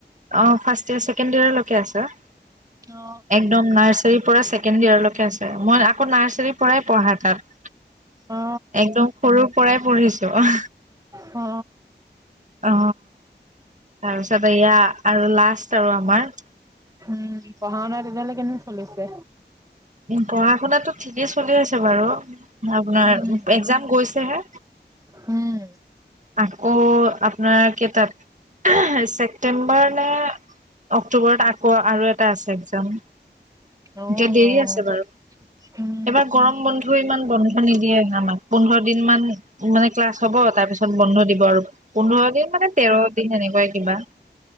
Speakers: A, on the right (about 40°); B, on the right (about 20°).
A: অ, ফাৰ্ষ্ট ইয়েৰ ছেকেণ্ড ইয়েৰলৈকে আছে।
B: অ
A: একদম নাৰ্চাৰীৰ পৰা ছেকেণ্ড ইয়েৰলৈকে। ঠিক আছে, মই আকৌ নাৰ্চাৰীৰ পৰাই পঢ়া তাত।
B: অ অ
A: একদম সৰুৰ পৰাই পঢ়িছো, অ।
B: অ।
A: অ, তাৰপিছত এয়া, আৰু লাষ্ট আৰু আমাৰ।
B: উম, পঢ়া শুনা তেতিয়াহ'লে কেনে চলিছে?
A: উম, পঢ়া শুনাতটো ঠিকেই চলি আছে বাৰু। আপোনাৰ
B: উম।
A: এক্সজাম গৈছেহে।
B: উম।
A: আকৌ, আপোনাৰ কেইটাত ছেপটেম্বৰ নে অক্টোবৰত আকৌ আৰু এটা আছে, এক্সজাম। এতিয়া
B: অ',
A: দেৰি
B: অ',
A: আছে বাৰু।
B: উম,
A: এবাৰ গৰম বন্ধত, ইমান বন্ধ নিদিয়ে আমাক পোন্ধৰ দিন মান মানে ক্লাছ হব। তাৰ পিছত বন্ধ দিব আৰু। পোন্ধৰ দিন মানে তেৰ দিন এনেকুৱাই কিবা।